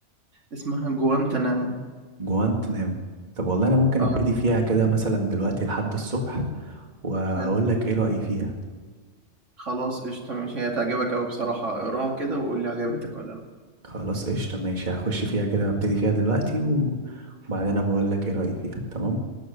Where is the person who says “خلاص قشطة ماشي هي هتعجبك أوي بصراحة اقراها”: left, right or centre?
Right